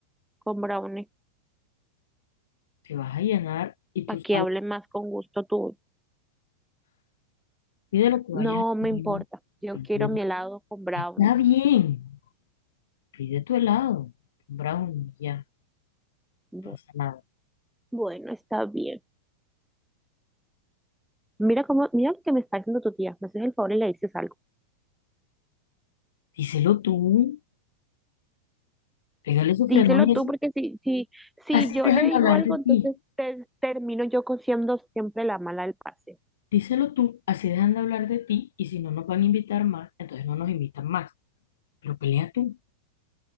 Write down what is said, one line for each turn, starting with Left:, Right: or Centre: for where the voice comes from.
Centre: con brownie,
Left: vas a llenar y tú
Centre: para que
Left: sabes.
Centre: hable más con gusto tu
Left: Pide lo que vayas
Centre: No
Left: a
Centre: me
Left: pedir.
Centre: importa. Yo
Left: pide-
Centre: quiero mi helado con brownie.
Left: Está bien, pide tu helado, un brownie, ya,
Centre: Bu-
Left: no pasa nada.
Centre: Bueno, está bien. Mira cómo, mira lo que me está haciendo tu tía. Me haces el favor y le dices algo.
Left: Díselo tú, pégale su
Centre: Díselo
Left: frenón y
Centre: tú,
Left: así,
Centre: porque si, si, si
Left: así
Centre: yo
Left: dejan
Centre: le digo
Left: de hablar
Centre: algo,
Left: de ti.
Centre: entonces te- termino yo con- siendo siempre la mala del pase.
Left: Díselo tú, así dejan de hablar de ti y si no nos van a invitar más, entonces no nos invitan más. Pero pelea tú.